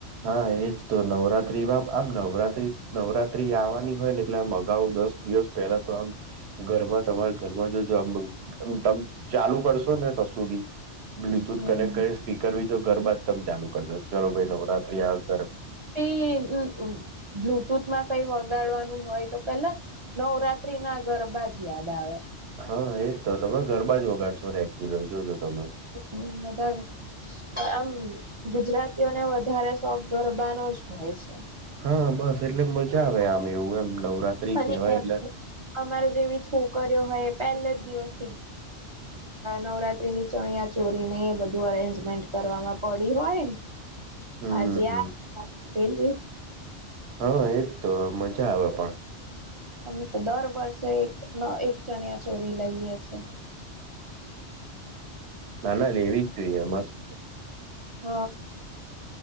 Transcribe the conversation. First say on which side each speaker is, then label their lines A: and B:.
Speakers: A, on the right; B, on the right.
A: હા એજ તો નવરાત્રી માં આમ નવરાત્રી નવરાત્રી આવવાની હોય ને એટલે આમ અગાઉ દસ દિવસ પેલા તો આમ, ઘરમાં તમારે ઘરમાં જો જો તમે ચાલુ કરશો ને કશું બી બ્લુટુથ
B: હમ
A: કનેક્ટ કરીને સ્પીકર બી તો ઘર માં જ તમે ચાલુ કરજો ચાલો ભાઈ નવરાત્રી આવે.
B: એ બ્લુટુથ બ્લૂટુથ માં કઈ વગાડવાનું હોય તો પેલા જ નવરાત્રી ના ગરબા જ યાદ આવે.
A: હા એજ તો તમે ગરબા જ બગાડશો રે ટેલર જોજો તમે
B: હ બધા આમ, ગુજરાતીઓને વધારે શોક ગરબાનો જ હોય છે.
A: હા બસ એટલે મજા આવે આમ એવું એમ નવરાત્રી
B: અને
A: કેવાય
B: એમાં
A: એટલે
B: અમારા જેવી છોકરીઓ હોય એ પહેલે જ દિવસથી નવરાત્રી ની ચણિયા- ચોલી ને બધું અરેન્જમેન્ટ કરવામાં પડી હોય.
A: હમ
B: આજે
A: હમ
B: આ અને પેલી
A: હા એજ તો મજા આવે પણ,
B: અમે તો દર વર્ષે એક એક ચણિયા ચોળી લઈએ છીએં.
A: ના ના લેવી જ જોઈએ મસ્ત.
B: હ